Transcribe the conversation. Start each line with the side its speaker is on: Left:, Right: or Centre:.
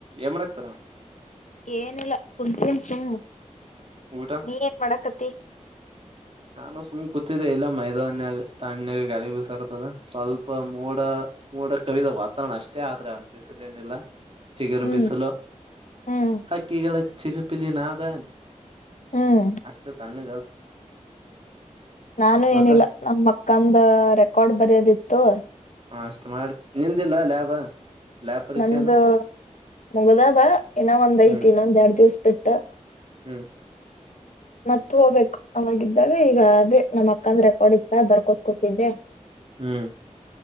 Right: ಏ ಮಾಡಕ್ತಾರ
Left: ಏನಿಲ್ಲ ಕುಂತಿದೀನಿ ಸುಮ್ಮ್
Right: ಊಟ
Left: ನೀ ಏನ್ ಮಾಡಾಕತಿ
Right: ನಾನು ಸುಮ್ನ್ ಕೂತಿದ್ದೆ ಇಲ್ಲ ಮೈದಾನ್ಯಾಗ ತಣ್ಣಗೆ ಗಾಳಿ ಬಿಸಕತದ ಸ್ವಲ್ಪ ಮೋಡ ಮೋಡ ಕವಿದ ವಾತಾವರಣ ಅಷ್ಟೇ ಆದ್ರೆ ಅನ್ಪಿಸಿದ್ದೇನಿಲ್ಲ ಚಿಗರು
Left: ಹ್ಮ್
Right: ಬಿಸಲು
Left: ಹ್ಮ್
Right: ಹಕ್ಕಿಗಳ ಚಿಲುಪಿಲಿ ನಾದ
Left: ಹ್ಮ್
Right: ಅಷ್ಟ್ ತಣ್ಣಗ
Left: ನಾನು
Right: ಮತ್ತ
Left: ಏನಿಲ್ಲ ನಮ್ ಅಕ್ಕಂದ ರೆಕಾರ್ಡ್ ಬರಯೋದಿತ್ತು
Right: ಹಾ ಅಷ್ಟು ಮಾಡ್ರಿ ನಿಂದಿಲ್ಲ ಲ್ಯಾಬ ಲ್ಯಾಬ್ ಪರೀಕ್ಷೆ
Left: ನಂದ
Right: ಎಲ್ಲ
Left: ಮುಗ್ದಾವ ಇನ್ನ ಒಂದ್
Right: ಹ್ಮ್
Left: ಐತಿ ಇನ್ನೊಂದ್ ಎರಡ್ ದಿವ್ಸ ಬಿಟ್ಟ
Right: ಹ್ಮ್
Left: ಮತ್ ಹೋಗ್ಬೇಕು ಅವಾಗಿದ್ದಾಗ ಈಗ ಅದೇ ನಮ್ಮ್ ಅಕ್ಕಂದ ರೆಕಾರ್ಡ್ ಇತ್ತ ಬರ್ಕೋತ್ ಕೂತಿದ್ದೆ
Right: ಹ್ಮ್